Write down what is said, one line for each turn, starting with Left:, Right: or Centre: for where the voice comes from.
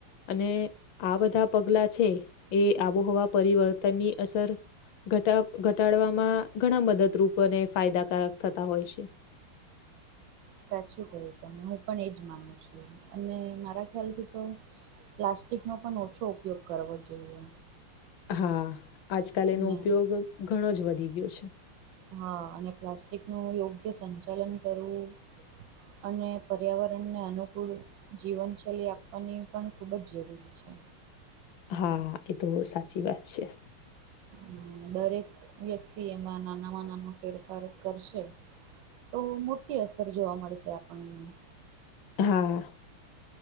Left: અને આ બધા પગલા છે એ આબોહવા પરિવર્તનની અસર ઘટા ઘટાડવામાં ઘણા મદદરૂપ અને ફાયદાકારક થતા હોય છે.
Right: સાચું કહ્યું તમે હું પણ એજ માનું છું. અને મારા ખ્યાલથી તો પ્લાસ્ટિકનો પન ઓછો ઉપયોગ કરવો જોઈએ.
Left: હા આજકાલ એનો
Right: ને
Left: ઉપયોગ ઘણો જ વધી ગયો છે.
Right: હા અને પ્લાસ્ટિકનું યોગ્ય સંચાલન કરવું. અને પર્યાવરણને અનુકૂળ જીવનશૈલી આપવાની પણ ખૂબ જ જરૂરી છે.
Left: હા એતો સાચી વાત છે.
Right: હમ દરેક વ્યક્તિ એમાં નાનામાં નાનો ફેરફાર કરશે. તો મોટી અસર જોવા મળશે આપણને.
Left: હા